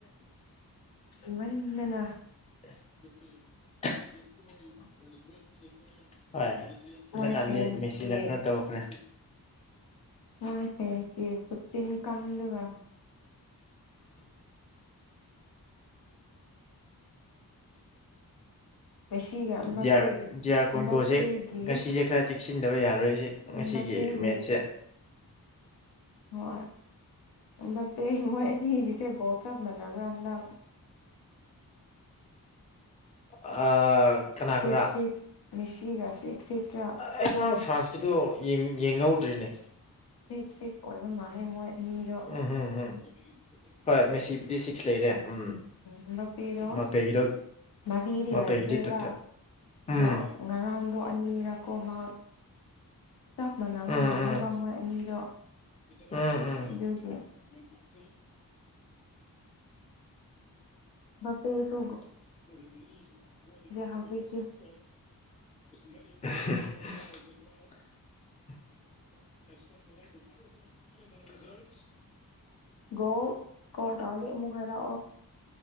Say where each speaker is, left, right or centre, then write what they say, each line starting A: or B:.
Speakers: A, on the left; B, on the left.
A: ꯏꯟꯟꯅꯅ
B: <inaudible> ꯍꯣꯏ
A: ꯃꯣꯏ
B: ꯍꯀꯥꯟꯗꯤ
A: ꯐꯦꯟꯁꯀꯤ
B: ꯃꯦꯆꯤꯟꯅ ꯈꯔ ꯇꯧꯈ꯭ꯔꯦ
A: ꯃꯣꯏ ꯐꯁꯤ ꯆꯤꯟ ꯀꯥꯟꯗꯕ
B: <inaudible> <inaudible>
A: ꯃꯦꯁꯤꯒ ꯑꯝꯕꯥꯄꯦꯒꯤ
B: ꯗꯤꯌꯥꯔ ꯀꯣꯟꯒꯣꯁꯦ
A: ꯑꯝꯕꯥꯄꯦꯒꯤ
B: ꯉꯁꯤꯁꯦ ꯈꯔ ꯆꯦꯛꯁꯤꯟꯗꯕ ꯌꯥꯔꯣꯏ ꯉꯁꯤꯒꯤ
A: ꯑꯝꯕꯥꯄꯦꯒꯤ
B: ꯃꯦꯠꯁꯦ
A: ꯍꯣꯏꯄ ꯃꯣꯏ ꯑꯅꯤꯒꯤꯁꯦ ꯒꯣꯞ ꯆꯞ ꯃꯥꯟꯅꯕ꯭ꯔꯥꯗ
B: ꯑ ꯀꯅꯥ
A: ꯁꯤꯛꯁ
B: ꯀꯔꯥ
A: ꯁꯤꯛꯁ ꯃꯦꯁꯤꯒ ꯁꯤꯛꯁ ꯁꯤꯛꯁꯔꯥ
B: ꯑꯩꯉꯥꯡ ꯐ꯭ꯔꯥꯟꯁꯀꯤꯗꯣ ꯌꯦꯡꯍꯧꯗ꯭ꯔꯤꯅꯦ
A: ꯁꯤꯛꯁ ꯁꯤꯛꯁ ꯑꯣꯏꯕ ꯃꯥꯜꯂꯦ ꯃꯣꯏ ꯑꯅꯤꯗꯣ
B: ꯎꯝ ꯎꯝ ꯎꯝ ꯍꯣꯏ ꯃꯦꯁꯤꯕꯨꯗꯤ ꯁꯤꯛꯁ ꯂꯩꯔꯦ ꯎꯝ
A: ꯎꯝꯂꯄꯤꯦꯔꯣ
B: ꯃꯥꯄꯦꯒꯤꯗꯣ
A: ꯃꯔꯤꯗꯤ
B: ꯃꯥꯄꯦꯒꯤꯗꯤ
A: ꯂꯩꯈ꯭ꯔꯦꯕ
B: ꯇꯨ ꯎꯝ
A: ꯑꯗꯣ ꯉꯔꯥꯡꯗꯣ ꯑꯅꯤꯔꯀꯣ ꯃꯥ ꯆꯞ ꯃꯥꯟꯅꯕ
B: ꯎꯝ
A: ꯃꯥꯜꯂꯦꯕ
B: ꯎꯝ
A: ꯃꯣꯏ ꯑꯅꯤꯗꯣ
B: ꯎꯝ ꯎꯝ
A: ꯑꯗꯨꯒꯤ
B: ꯦ
A: ꯄꯦꯁ
B: <inaudible>
A: ꯍꯧꯖꯤꯛꯇꯤ
B: <inaudible> <inaudible>
A: ꯣ ꯀ ꯇꯧꯔꯤꯕꯨꯛ ꯍꯔ